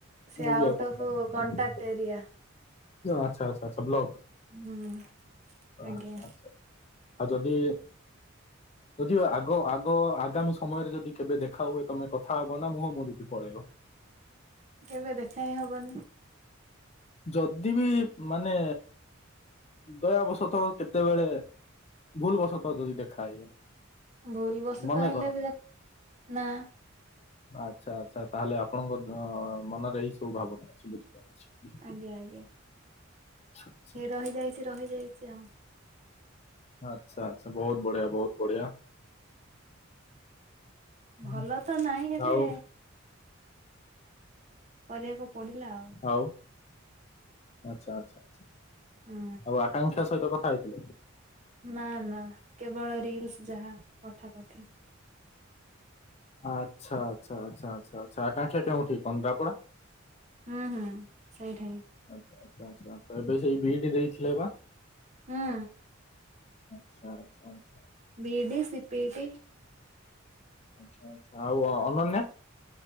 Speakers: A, on the right; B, on the left.
A: ସେ
B: ମୁଁ
A: ଆଉଟ୍
B: ବି ଆ
A: ଅଫ୍ କଣ୍ଟାକ୍ଟ ଏରିଆ।
B: ଆଚଛ ଆଛା ଆଛ ବଲକ
A: ହୁଁ
B: ଆଉ
A: ଆଜ୍ଞା
B: ଯଦି ଯଦି ଆଗ ଆଗ ଆଗାମୀ ସମୟରେ ଯଦି କେବେ ଦେଖା ହୁଏ ତମେ କଥା ହବ ନା ମୁଁମରିକି ପଳେଇବ
A: କେବେ ଦେଖା ହ ହବନି
B: ଯଦି ବି ମାନେ ଦୟବଶତଃ କେତେବେଳେ ଭୁଲ ବଶତଃ ଯଦି ଦେଖା ହେଇଗଲା
A: ଭୁଲ ବସ
B: ମନେ
A: ତ ହେଲେ
B: କର
A: ବି ଯା ନା।
B: ଆଚ୍ଛା ଆଚ୍ଛା ତାହେଲେ ଆପଣଙ୍କ ମନରେ ଏଇ ସବୁ ଭାବନା ଅଛି ବୁଝିପାରୁଛୁ?
A: ଆଜ୍ଞା ଆଜ୍ଞା
B: ଆଚ୍ଛା ଆଚ୍ଛା
A: ଯିଏ ରହିଯାଇଛି ରହିଯାଇଛି ଆଉ।
B: ଆଛା ଆଚ୍ଛା ବହୁତ ବଢିଆ ବହୁତ ବଢିଆ। ହୁଁ।
A: ଭଲ ତ ନାହିଁ ହେଲେ।
B: ଆଉ
A: କରିବାକୁ ପଡିଲା ଆଉ।
B: ଆଉ ଆଛା ଆଛା ଆଛା ଆଛା
A: ହୁଁ
B: ଆଉ ଆକାଂକ୍ଷା ସହିତ କଥା ହେଇଥିଲେ।
A: ନାଁ ନାଁ କେବଳ ରିଲସ ଯାହା ପଠା ପଠି।
B: ଆଚ୍ଛା ଆଛା ଆଚ୍ଛା ଆଛା ଆଛା ଆକାକ୍ଷା କେଉଁଠି କଦରାପଡା।
A: ହୁଁ ହୁଁ ସେଇଠାଇଁ।
B: ଆଚ୍ଛା ଆଚ୍ଛା ଆଛା ଆଛା ଏବେ ସେଇ ଡିଉଟି ଯାଇଥିଲେ ନା।
A: ହୁଁ।
B: ଆଛା ଚଛା ଆଛା।
A: ବିଡ଼ି ସିପିଟି।
B: ଆଚ୍ଛା ଆଚ୍ଛା ଆଉ ଅ ଅନନ୍ୟା।